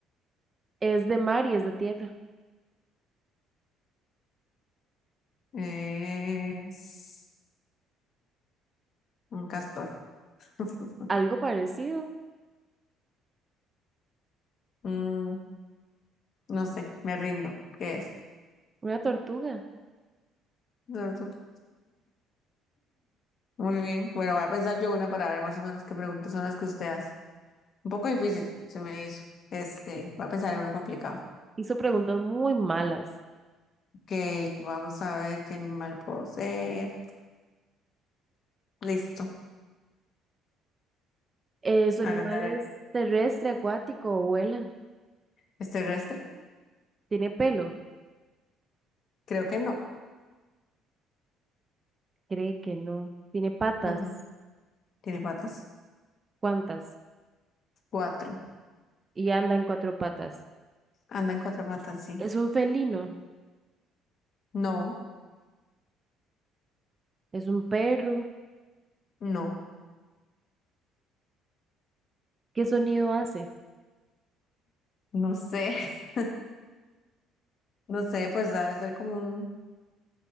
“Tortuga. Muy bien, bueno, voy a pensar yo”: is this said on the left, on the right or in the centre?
Left